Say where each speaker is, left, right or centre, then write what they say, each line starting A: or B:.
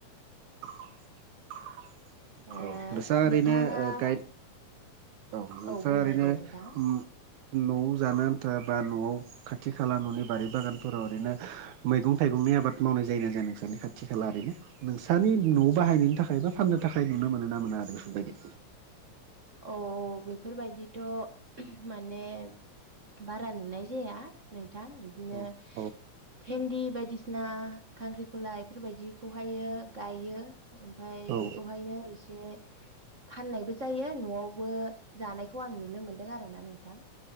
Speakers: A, on the right; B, on the right.
A: <unintelligible>
B: ओ
A: औ नोंसा ओरैनो
B: नोंथाङा
A: गाइड नोंसा
B: औ बुंलाय
A: ओरैनो
B: दे नोंथां
A: उम न'आव जानो आन्था बा न'आव खाथि खाला न'नि बारि बागानफोराव ओरैनो मैगं थाइगंनि आबाद मावनाय जायोना जाया नोंसोरनि खाथि खाला ओरैनो नोंसानि न'आव बाहायनायनि थाखाय बा फाननो थाखाय नुनो मोनोना मोना आरो बेफोरबायदि
B: औ बेफोरबायदिथ' माने बारा नुनाय जाया नोंथां इदिनो
A: औ औ
B: भेन्दि बायदिसिना खांख्रिखला बेफोरबायदिखौहायो गायो। ओमफ्राय
A: औ
B: बेखौहायनो एसे फाननायबो जायो। न'आवबो जानायखौ आं नुनो मोन्दों आरोना नोंथां।